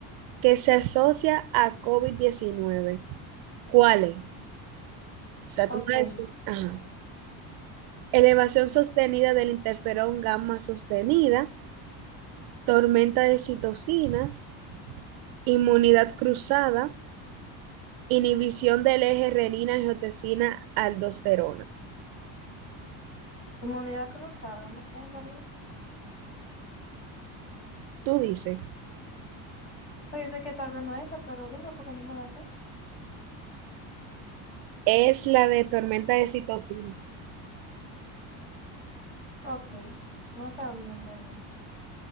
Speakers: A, on the right; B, on the left.
A: que se asocia a covid diecinueve. ¿cuál es? O sea,
B: Ok,
A: tú me decís, ajá. Elevación sostenida del interferón gamma sostenida, tormenta de citocinas, inmunidad cruzada, inhibición del eje renina-angiotensina-aldosterona.
B: inmunidad cruzada, no sé, en verdad. O
A: Tú dices,
B: sea, yo sé que tal vez no es eso, pero dime porque no me la sé.
A: es la de tormenta de citocinas.
B: Ok, no sabía, en verdad.